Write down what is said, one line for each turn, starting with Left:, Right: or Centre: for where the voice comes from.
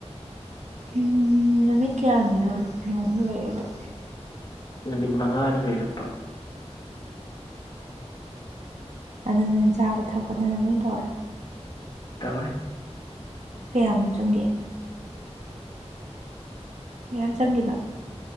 Right: ꯎꯝ ꯅꯨꯃꯤꯠ ꯀꯌꯥꯅꯤꯔꯥ ꯅꯪꯅ ꯂꯩꯔꯛꯏꯗꯣ꯫
Left: ꯅꯨꯃꯤꯠ ꯃꯉꯥꯅꯤ ꯂꯩꯔꯛꯄ꯫
Right: ꯑꯗꯨꯗꯤ ꯆꯥꯕ ꯊꯛꯄ ꯅꯪꯅ ꯂꯣꯏ ꯇꯧꯔꯦ꯫
Left: ꯇꯧꯔꯦ꯫
Right: ꯀꯌꯥꯃꯨꯛ ꯆꯪꯒꯦ꯫ ꯌꯥꯝ ꯆꯪꯒꯤꯕ꯭ꯔꯥ꯫